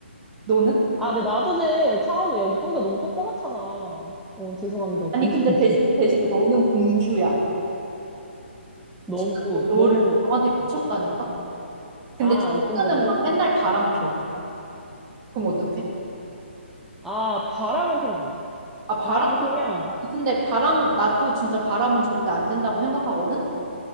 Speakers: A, on the right; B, in the centre.
A: 너는?
B: 아, 근데 나도 제 차은우, 야, 옥동자 너무 조그맣잖아. 어, 죄송합니다, 옥동자님.
A: 아니, 근데 대신,
B: <laughs>
A: 대신 너는 공주야.
B: 너무,
A: 진짜 너, 너를,
B: 너무,
A: 너한테 미쳤다니까? 근데
B: 아, 옥동자야도?
A: 차은우는 막 맨날 바람 펴. 그럼 어떡해?
B: 아, 바람은 피면 안 돼.
A: 아, 바람은,
B: 바람 피면,
A: 아니, 근데 바람, 나도 진짜 바람은 절대 안 된다고 생각하거든?